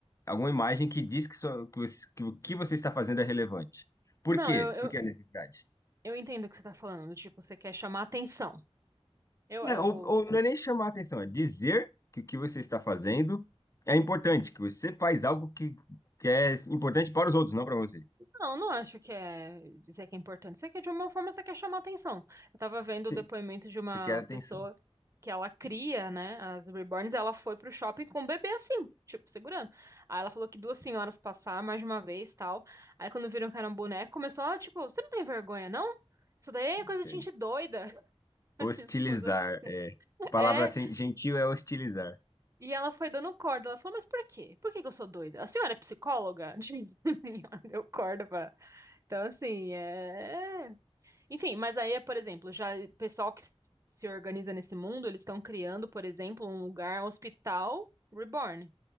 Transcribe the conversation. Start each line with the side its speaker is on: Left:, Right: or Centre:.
Left: alguma imagem que diz que, sua- que os- que o que você está fazendo é relevante. Por
Right: Não,
Left: quê?
Right: eu,
Left: Porque
Right: eu,
Left: é a necessidade.
Right: eu entendo o que você tá falando. Tipo, você quer chamar atenção. Eu,
Left: É,
Right: eu,
Left: ou, ou não é nem chamar a atenção, é dizer que o que você está fazendo é importante, que você faz algo que, que é importante para os outros, não para você.
Right: Não, não acho que é dizer que é importante. Isso aqui, de uma forma, você quer chamar atenção. Eu tava vendo
Left: Sim,
Right: o depoimento de uma
Left: você quer atenção.
Right: pessoa que ela cria, né, as reborns, e ela foi pro shopping com o bebê assim, tipo, segurando. Aí ela falou que duas senhoras passaram mais de uma vez, tal. Aí quando viram que era um boneco, começou, ah, tipo, você não tem vergonha, não? Isso daí é coisa
Left: Sim.
Right: de gente doida.
Left: Hostilizar,
Right: <laughs>
Left: é. A palavra
Right: É,
Left: assim, gentil é hostilizar.
Right: e ela foi dando corda. Ela falou, mas por quê? Por que que eu sou doida? A senhora é psicóloga? <laughs> E Ela Deu corda pra... Então, assim, é. Enfim, mas aí, é, por exemplo, já o pessoal que s- se organiza nesse mundo, eles estão criando, por exemplo, um lugar, um hospital reborn,